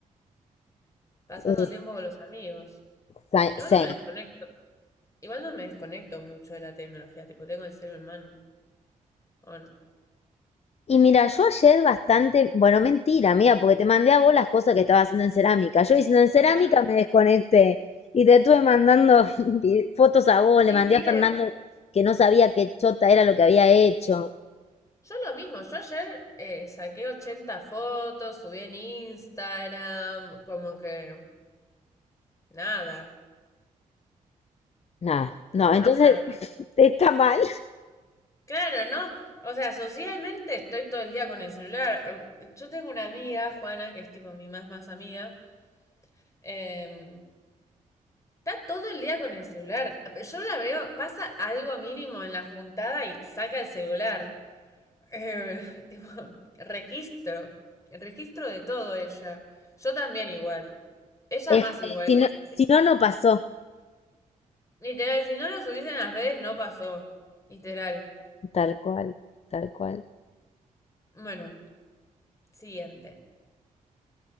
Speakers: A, on the left (about 20°); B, on the left (about 45°).
A: Pasando
B: es
A: tiempo con los amigos.
B: sa-
A: Igual
B: same.
A: no me desconecto. Igual no me desconecto mucho de la tecnología. Tipo, tengo el celu en mano. Bueno.
B: Y mira, yo ayer bastante, bueno, mentira, amiga, porque te mandé a vos las cosas que estaba haciendo en cerámica. Yo diciendo en cerámica
A: <laughs>
B: me desconecté y te estuve mandando <laughs> vi- fotos a vos, le
A: ¿Viste?
B: mandé a Fernando que no sabía qué chota era lo que había hecho.
A: Yo lo mismo, yo ayer eh, saqué 80 fotos, subí en Instagram, como que nada.
B: Nada,
A: No,
B: no, entonces
A: o sea,
B: <laughs> está mal.
A: claro, ¿no? O sea, socialmente estoy todo el día con el celular. Yo tengo una amiga, Juana, que es tipo mi más más amiga. eh, está todo el día con el celular. Yo la veo, pasa algo mínimo en la juntada y saca el celular. Eh, <laughs> tipo, registro. Registro de todo ella. Yo también igual. Ella
B: Es
A: más igual.
B: que si
A: Es-
B: no, si no, no pasó.
A: literal, si no lo subiesen en las redes no pasó. Literal.
B: Tal cual, tal cual.
A: Bueno, siguiente.